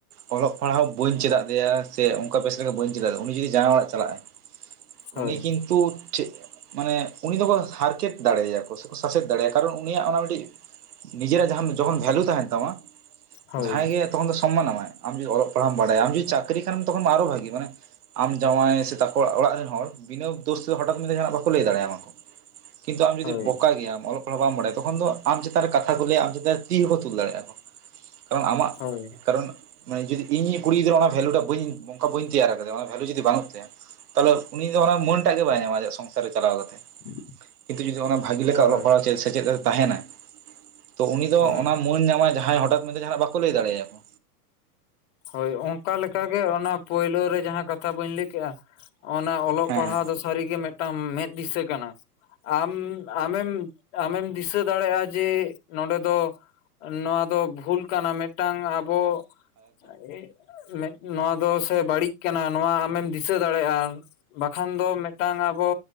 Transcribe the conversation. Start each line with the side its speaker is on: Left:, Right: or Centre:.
Right: ᱚᱞᱚᱜ ᱯᱟᱲᱦᱟᱜ ᱵᱟᱹᱧ ᱪᱮᱫ ᱟᱫᱮᱭᱟ ᱥᱮ ᱚᱱᱠᱟ ᱵᱮᱥ ᱞᱮᱠᱟ ᱵᱟᱹᱧ ᱪᱮᱫ ᱟᱫᱮᱭᱟ ᱩᱱᱤ ᱡᱩᱫᱤ ᱡᱟᱶᱟᱭ ᱚᱲᱟᱜ ᱪᱟᱞᱟᱜᱼᱟᱭ <inaudible>
Left: ᱦᱳᱭ
Right: ᱩᱱᱤ ᱠᱤᱱᱛᱩ <unintelligible> ᱢᱟᱱᱮ ᱩᱱᱤ ᱫᱚᱠᱚ ᱦᱟᱨᱠᱮᱛ ᱫᱟᱲᱮᱭᱟᱠᱚ <unintelligible> ᱥᱟᱥᱮᱛ ᱫᱟᱲᱮᱭᱟ ᱠᱟᱨᱚᱱ ᱩᱱᱤᱭᱟᱜ ᱚᱱᱟ ᱢᱤᱫᱴᱤᱡ ᱱᱤᱡᱮᱨᱟᱜ ᱡᱟᱦᱟᱢ ᱡᱚᱠᱷᱚᱱ ᱵᱷᱮᱞᱩ ᱛᱟᱦᱮᱱ ᱛᱟᱢᱟ
Left: ᱦᱳᱭ
Right: ᱡᱟᱦᱟᱸᱭ ᱜᱮ ᱛᱚᱠᱷᱚᱱ ᱫᱚ ᱥᱚᱢᱢᱟᱱ ᱟᱢᱟᱭ ᱟᱢ ᱡᱚᱫᱤ ᱚᱞᱚᱜ ᱯᱟᱲᱦᱟᱜ ᱵᱟᱲᱟᱭ ᱟᱢ ᱡᱚᱫᱤ ᱪᱟᱹᱠᱨᱤ ᱠᱷᱟᱱᱮᱢ ᱛᱚᱠᱷᱚᱱ ᱢᱟ ᱟᱨᱚ ᱵᱷᱟᱹᱜᱤ ᱢᱟᱱᱮ ᱟᱢ ᱡᱟᱶᱟᱭ ᱥᱮ ᱛᱟᱠᱚ ᱚᱲᱟᱜ ᱨᱮᱱ ᱦᱚᱲ ᱵᱤᱱᱟᱹ ᱫᱳᱥᱛᱮ ᱦᱚᱴᱟᱛ ᱢᱮᱱᱛᱮ ᱡᱟᱦᱟᱱᱟᱜ ᱵᱟᱠᱚ ᱞᱟᱹᱭ ᱫᱟᱲᱮᱭᱟᱢᱟ ᱠᱚ ᱠᱤᱱᱛᱩ ᱟᱢ ᱡᱩᱫᱤ
Left: ᱦᱳᱭ
Right: ᱵᱳᱠᱟ ᱜᱮᱭᱟᱢ ᱚᱞᱚᱜ ᱚᱞᱚᱜ ᱵᱟᱢ ᱵᱟᱲᱟᱭᱟ ᱛᱚᱠᱷᱚᱱ ᱫᱚ ᱟᱢ ᱪᱮᱛᱟᱱ ᱨᱮ ᱠᱟᱛᱷᱟ ᱠᱚ ᱞᱟᱹᱭᱟ ᱟᱢ ᱪᱮᱛᱟᱱ ᱨᱮ ᱛᱤ ᱦᱚᱸᱠᱚ ᱛᱩᱞ ᱫᱟᱲᱮᱭᱟᱜᱼᱟ ᱠᱚ ᱠᱟᱨᱚᱱ ᱟᱢᱟᱜ
Left: ᱦᱳᱭ
Right: ᱠᱟᱨᱚᱱ ᱢᱟᱱᱮ ᱡᱩᱫᱤ ᱤᱧ ᱠᱩᱲᱤ ᱜᱤᱫᱽᱨᱟᱹ ᱚᱱᱟ ᱵᱷᱮᱞᱩ ᱴᱟᱜ ᱵᱟᱹᱧ ᱚᱱᱠᱟ ᱵᱟᱹᱧ ᱛᱮᱭᱟᱨ ᱠᱟᱫᱮᱭᱟ ᱚᱱᱟ ᱵᱷᱮᱞᱩ ᱡᱩᱫᱤ ᱵᱟᱹᱱᱩᱜ ᱛᱟᱭᱟ ᱛᱟᱦᱚᱞᱮ ᱩᱱᱤ ᱫᱚ ᱚᱱᱟ ᱢᱟᱹᱱ ᱴᱟᱜ ᱜᱮ ᱵᱟᱭ ᱧᱟᱢᱟ ᱟᱭᱟᱡ ᱥᱚᱝᱥᱟᱨ ᱪᱟᱞᱟᱣ ᱠᱟᱛᱮ
Left: <inaudible>
Right: ᱠᱤᱱᱛᱩ ᱡᱩᱫᱤ ᱚᱱᱟ ᱵᱷᱟᱹᱜᱤ ᱞᱮᱠᱟ
Left: ᱦᱳᱭ
Right: ᱚᱞᱚᱜ ᱯᱟᱲᱦᱟᱜ ᱪᱮᱫ ᱥᱮᱪᱮᱫ ᱨᱮ ᱛᱟᱦᱮᱱᱟ ᱛᱚ ᱩᱱᱤ ᱫᱚ
Left: ᱦᱳᱭ
Right: ᱚᱱᱟ ᱢᱟᱹᱱ ᱧᱟᱢᱟᱭ ᱡᱟᱦᱟᱸᱭ ᱦᱚᱴᱟᱛ ᱢᱮᱱᱛᱮ ᱡᱟᱦᱟᱱᱟᱜ ᱵᱟᱠᱚ ᱞᱟᱹᱭ ᱫᱟᱲᱮᱭᱟᱭᱟ ᱠᱚ
Left: ᱦᱳᱭ ᱚᱱᱠᱟ ᱞᱮᱠᱟᱜᱮ ᱚᱱᱟ ᱯᱳᱭᱞᱳ ᱨᱮ ᱡᱟᱦᱟᱸ ᱠᱟᱛᱷᱟ ᱵᱟᱹᱧ ᱞᱟᱹᱭ ᱠᱮᱜᱼᱟ ᱚᱱᱟ ᱚᱞᱚᱜ
Right: ᱦᱮᱸ
Left: ᱯᱟᱲᱦᱟᱣ
Right: ᱦᱮᱸ
Left: ᱫᱚ ᱥᱟᱹᱨᱤᱜᱮ ᱢᱤᱫᱴᱟᱝ ᱢᱮᱫ ᱫᱤᱥᱟᱹ ᱠᱟᱱᱟ ᱟᱢ ᱟᱢᱮᱢ ᱟᱢᱮᱢ ᱫᱤᱥᱟᱹ ᱫᱟᱲᱮᱭᱟᱜᱼᱟ ᱡᱮ ᱱᱚᱰᱮ ᱫᱚ ᱱᱚᱣᱟ ᱫᱚ ᱵᱷᱩᱞ ᱠᱟᱱᱟ ᱢᱤᱫᱴᱟᱝ ᱟᱵᱚ <unintelligible> ᱢᱮᱫ ᱱᱚᱣᱟ ᱫᱚ ᱥᱮ ᱵᱟᱹᱲᱤᱡ ᱠᱟᱱᱟ ᱱᱚᱣᱟ ᱟᱢᱮᱢ ᱫᱤᱥᱟᱹ ᱫᱟᱲᱮᱭᱟᱜᱼᱟ ᱵᱟᱠᱷᱟᱱ ᱫᱚ ᱢᱤᱫᱴᱟᱝ ᱟᱵᱚ